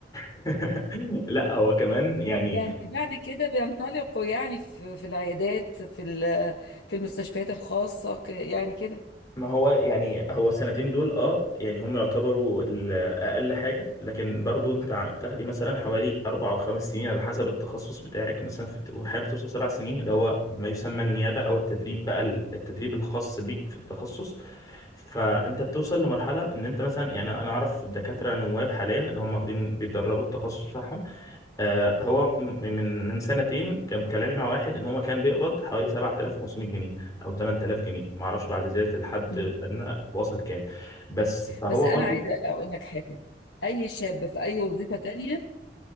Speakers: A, on the left; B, on the left.
A: <laughs> لا هو كمان يعني
B: يعني بعد كده بينطلقوا يعني في, في العيادات في ال... في المستشفيات الخاصة ك... يعني كده
A: ما هو يعني هو السنتين دول اه يعني هم يعتبروا ال- اقل حاجه لكن برضو انت ع- بتاخدي مثلا حوالي اربع او خمس سنين على حسب التخصص بتاعك مثلا في احيانا بتوصل سبع سنين اللي هو ما يسمى النيابه او التدريب بقى ال- التدريب الخاص بيك في التخصص فانت بتوصل لمرحله ان انت مثلا يعني انا اعرف دكاتره نواب حاليا اللي هم واخدين بيتدربوا التخصص بتاعهم آه، هو م- من من سنتين كان كلامي مع واحد ان هو كان بيقبض حوالي 7500 جنيه او 8000 جنيه ما اعرفش بعد زياده الحد
B: مم.
A: الادنى وصل كام بس فهو
B: بس انا
A: برضو
B: عايزه اقول لك حاجه اي شاب في اي وظيفه تانية